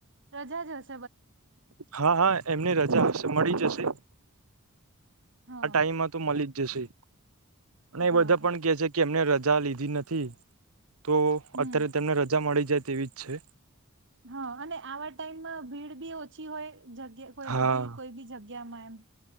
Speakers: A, on the right; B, on the right.
A: રજા જ હશ.
B: હા હા એમને રજા હશે મળી જશે.
A: હા
B: આ ટાઈમમાં તો મળી જ જશે અને એ
A: હા
B: બધા પણ કે છે કે એમને ર જા લીધી નથી તો
A: હમ
B: અત્યારે તને રજા મળી જાય તેવીજ છે.
A: હા અને આવા ટાઈમમાં ભીડ બી ઓછી હોય. જગ્યા કોઈ
B: હા
A: બધી કોઈ બી જગ્યા માં એમ.